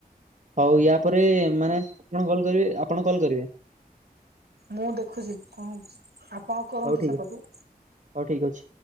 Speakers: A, on the right; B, on the right.
A: ହଉ ଇଆ ପ ରେ ମାନେ ଆପଣ କଲ କରିବେ ଆପଣ କଲ୍ କରିବେ।
B: ମୁଁ ଦେଖୁଚି କଣ। ଆପଣ କରନ୍ତୁ
A: ହଉ ଠିକ
B: ସେପଟୁ।
A: ହଉ ଠିକ ଅଛି।